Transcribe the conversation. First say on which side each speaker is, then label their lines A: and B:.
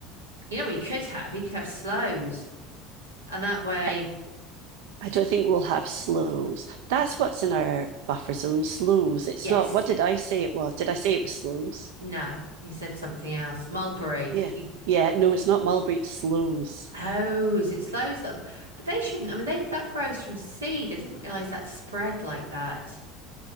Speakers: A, on the right; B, on the right.
A: You know what you could have? You could have sloes, and that way,
B: I, I don't think we'll have slows. That's what's in our buffer zone, slows. It's
A: yes,
B: not, what did I say it was? Did I say it was slows?
A: no, you said something else. Mulberry.
B: Yeah.
A: You,
B: Yeah. No, it's not mulberry, it's sloes.
A: oh, is it sloes? that? are- But they shouldn't. I mean, they that grows from seed. I didn't realize that spread like that.